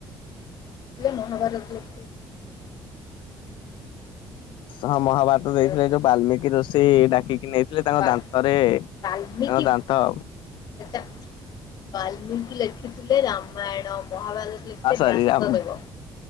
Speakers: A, on the left; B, on the left.
A: ନ ହେବାର ଥିବ
B: ହଁ
A: ଯେତେବେଳେ
B: ମହାଭାରତ ଦେଇଥିଲେ ଏଯେଉଁ ବାଲ୍ମୀକି
A: କହୁଥିଲେ
B: ଋଷି ଡାକିକି ନେଇଥିଲେ ତାଙ୍କ
A: ବା
B: ଦାନ୍ତରେ ତାଙ୍କ
A: ବାଲ୍ମିକି
B: ଦାନ୍ତ ଆଉ।
A: ସେଟା ବାଲ୍ମୀକି ଲେଖିଥି ଲେଖିଥିଲେ ରାମାୟଣ ମହାଭାରତ ଲେଖିଥଲେ
B: ଆ ସରି
A: ବ୍ୟାସଦେବ।
B: ରାମ